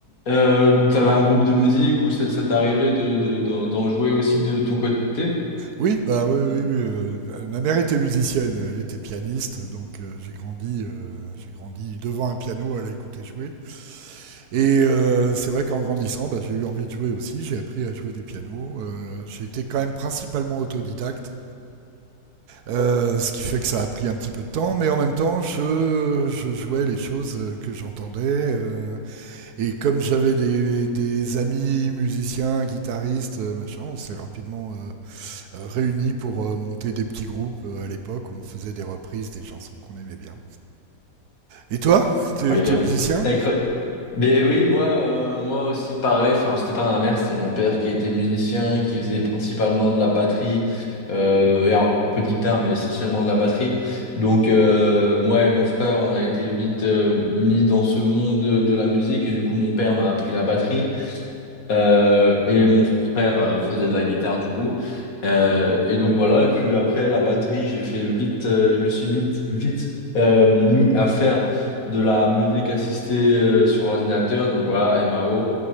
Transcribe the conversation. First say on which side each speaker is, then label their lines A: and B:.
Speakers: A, on the left (about 60°); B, on the right (about 70°).
A: euh, t'avais un groupe de musique ou ça, ça t'est arrivé de, de- d'en d'en jouer aussi de ton côté?
B: oui, bah oui, oui, oui euh, ma mère était musicienne, elle était pianiste, donc euh, j'ai grandi, euh, j'ai grandi devant un piano, elle a écouté jouer. Et euh, c'est vrai qu'en grandissant, bah, j'ai eu envie de jouer aussi, j'ai appris à jouer du piano. Euh, j'ai été quand même principalement autodidacte, Euh, ce qui fait que ça a pris un petit peu de temps, mais en même temps, je, je jouais les choses euh, que j'entendais. euh, et comme j'avais des, des amis musiciens, guitaristes, euh, machin, on s'est rapidement euh, euh, réunis pour euh, monter des petits groupes euh, à l'époque où on faisait des reprises des chansons qu'on aimait bien. Et toi,
A: Incroyable.
B: t'es t'es musicien?
A: Incroyable. Mais oui, moi, euh, moi aussi pareil. Enfin, c'était pas ma mère, c'était mon père qui était musicien, qui faisait principalement de la batterie euh, et un, un peu de guitare, mais essentiellement de la batterie. Donc euh, moi et mon frère, on a été vite euh, mis dans ce monde de la musique et du coup, mon père m'a appris la batterie. Euh, et mon frère euh, faisait de la guitare du coup. Euh, et donc voilà, et puis après la batterie, j'ai fait vite, euh, je me suis vite, vite euh, mis à faire de la musique assistée euh, sur ordinateur, donc voilà, MAO.